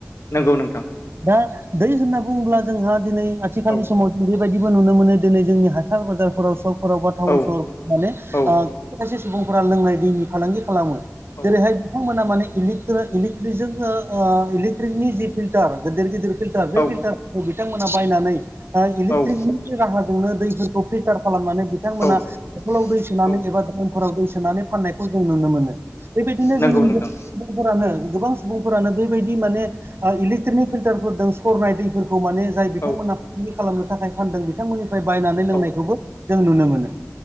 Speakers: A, on the left (about 70°); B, on the right (about 55°).
A: नंगौ नोंथां
B: दा दै होनना बुङोब्ला जोंहा दिनै आथिखालनि
A: औ
B: समाव जों बेबायदिबो नुनो मोनो दिनै जोंनि हाथाय बाजारफोराव सकफोराव बा टाउन
A: औ
B: सहराव माने
A: औ
B: ायसे सुबुंफोरा लोंनाय दैनि फालांगि खालामो
A: औ
B: जेरैहाय बिथांमोना मक इलेकट्रिकनि जि फिल्टार गदिर गिदिर फार बे
A: औ
B: फिल्टारफोरखौ बिथांमोना बायनानै इलेक्ट्रिकनि
A: औ
B: राहाजोंनो दै फिल्टार खालामनानै बिथांमोना
A: औ
B: हखलाव दै सोनानै
A: औ
B: एबा दामफोराव दै सोनानै फाननायखौ जों नुनो मोनो बेबायदिनो
A: नंगौ
B: जों
A: नोंथां
B: सुबुंफोरानो गोबां सुबुंफोरानो बेबायाददि माने इलेकट्रिकनिक फिल्टारफोरदों सरनाय दै फोरखौ माने जाय बिथांमोनहा
A: औ
B: फालांगि खालामनो थाखाय फानदों बिथांमोननिफ्राय बायनानै लोंनायखौबो
A: औ
B: जों नुनो मोनो